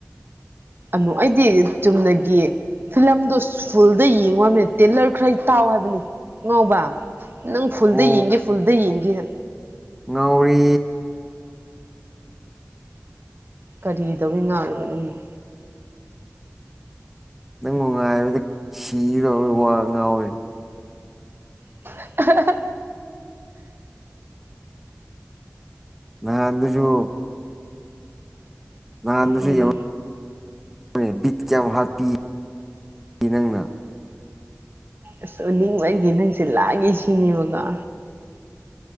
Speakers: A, on the right; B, in the centre.
A: ꯑꯃꯨ ꯑꯩꯗꯤ ꯆꯨꯝꯅꯒꯤ ꯐꯤꯂꯝꯗꯣ ꯐꯨꯜꯗ ꯌꯦꯡꯉꯨ ꯍꯥꯏꯕꯅꯦ ꯇꯦꯂꯔ ꯈꯔ ꯇꯥꯎ ꯍꯥꯏꯕꯅꯦ ꯑꯉꯥꯎꯕ ꯅꯪ ꯐꯨꯜꯗ
B: ꯑꯣ
A: ꯌꯦꯡꯒꯦ ꯐꯨꯜꯗ ꯌꯦꯡꯒꯦꯅ
B: ꯉꯥꯎꯔꯦ
A: ꯀꯔꯤꯗꯧꯕꯩ ꯉꯥꯎꯔꯕ ꯅꯪꯅ
B: ꯅꯪꯕꯨ ꯉꯥꯏꯕꯗ ꯁꯤꯒꯗꯧ ꯋꯥ ꯉꯥꯎꯔꯦ
A: <unintelligible>
B: ꯅꯍꯥꯟꯗꯖꯨ ꯅꯍꯥꯟꯗꯁꯨ
A: ꯎꯝ
B: ꯌꯦꯡꯉꯣ ꯕꯤꯠ ꯀꯌꯥꯝ ꯍꯥꯠꯄꯤ ꯅꯪꯅ
A: ꯑꯁ ꯎꯅꯤꯡꯕꯒꯤ ꯅꯪꯁꯦ ꯂꯥꯡꯉꯦ ꯁꯤꯅꯦꯕꯀꯣ